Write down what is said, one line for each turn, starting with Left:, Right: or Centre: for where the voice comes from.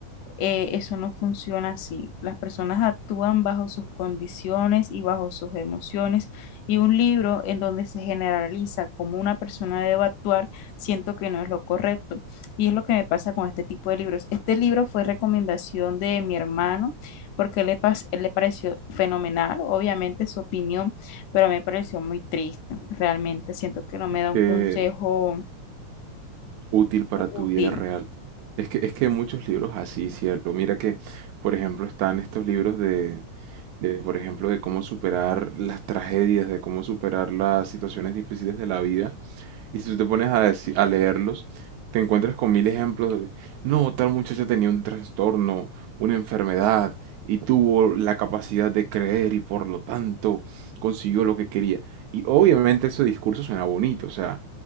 Left: eh, eso no funciona así. Las personas actúan bajo sus condiciones y bajo sus emociones y un libro en donde se generaliza cómo una persona debe actuar, siento que no es lo correcto. Y es lo que me pasa con este tipo de libros. Este libro fue recomendación de mi hermano porque le, pas- le pareció fenomenal, obviamente su opinión, pero me pareció muy triste. Realmente siento que no me da
Right: Que
Left: un consejo
Right: útil para
Left: útil.
Right: tu vida real. Es que, es que hay muchos libros así, ¿cierto? Mira que, por ejemplo, están estos libros de, de, por ejemplo, de cómo superar las tragedias, de cómo superar las situaciones difíciles de la vida. Y si tú te pones a, deci- a leerlos, te encuentras con mil ejemplos de, no, tal muchacha tenía un trastorno, una enfermedad, y tuvo la capacidad de creer y por lo tanto consiguió lo que quería. Y obviamente ese discurso suena bonito, o sea,